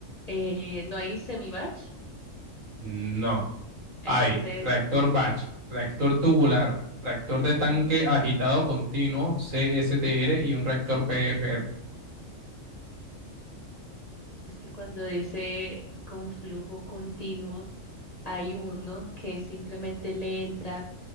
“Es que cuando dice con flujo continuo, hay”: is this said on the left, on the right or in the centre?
Left